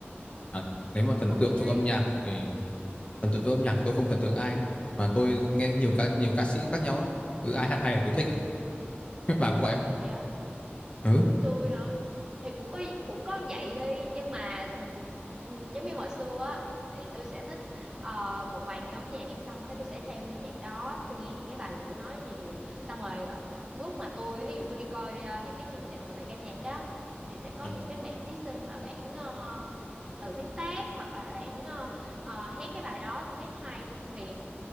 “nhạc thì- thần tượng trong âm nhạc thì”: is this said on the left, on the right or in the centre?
Left